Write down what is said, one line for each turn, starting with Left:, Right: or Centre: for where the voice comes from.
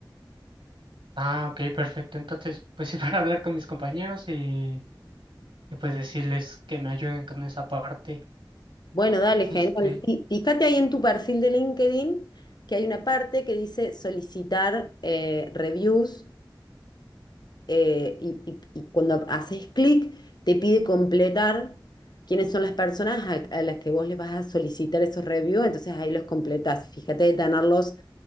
Right: Ah, ok, perfecto. Entonces, pues sí, <laughs> para hablar con mis compañeros y, y pues decirles que me ayuden con esa parte.
Left: Bueno, dale, genial.
Right: Este,
Left: Sí, fíjate ahí en tu perfil de LinkedIn que hay una parte que dice solicitar eh, reviews eh, y, y- y cuando haces clic te pide completar quiénes son las personas a, a las que vos les vas a solicitar esos reviews, entonces ahí los completas. Fíjate de tenerlos